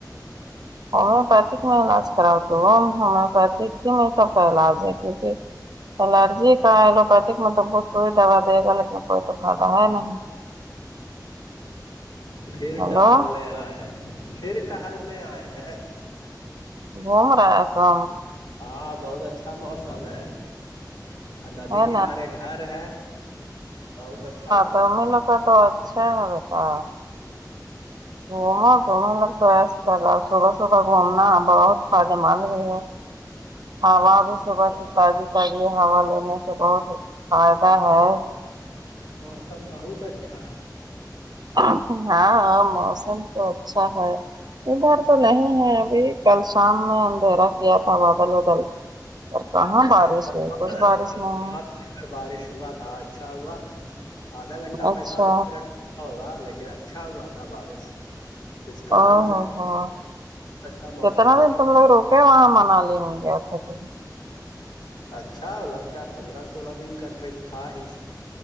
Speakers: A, on the right; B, on the left.
A: ہومیوپیتک میں علاج کرا تو ہومیوپیتھ ہی میں سب کا علاج ہے کیونکہ الرجی کا لوپی مطلب وہ سوئی دوا دے گا لیکن کوئی تو فائدہ ہے نہیں
B: پھر
A: ہیلو
B: ٹل آئے ہیں پھر ٹہلنے آئے ہیں
A: گھوم رہا ہے تو
B: ہاں بہت اچھا موسم ہے اور ندی
A: ہے
B: کنارے گھر ہے بہت اچھا لگتا
A: توم لوگ تو اچھا ہے تو گومو تومیں لگ تو ایسا کرل صبح صبح گھومنا بہت پاد مدم ہے ہوا بھی
B: ہے
A: صبح کی تازی تازی ہوا لینے سے بہت فائدہ ہے
B: موسم بہت اچھا ہے
A: ہاں ہاں موسم تو اچھا ہے ادھر تو نہیں ہے ابھی کل شام میں اندھیرا کیا تھا مادل ادل اور کہاں
B: نہیں
A: بارش ہوئی کچھ بارش نہیں
B: بارش ہوا تھا اچھا ہوا آدھا گھنٹہ
A: اچھا
B: پینتالیس منٹ ہوگا لیکن اچھا ہوا تھا بارش جس کارن
A: ہ
B: سے
A: ہ
B: اچھا موسم
A: کتنا
B: ہو
A: دن
B: گیا
A: تم لگ روک کیا وہاں منالی میں گیا تھا تو
B: اچھا لگتا ہے پندرہ سولہ دن کا ٹرپ تھا ہی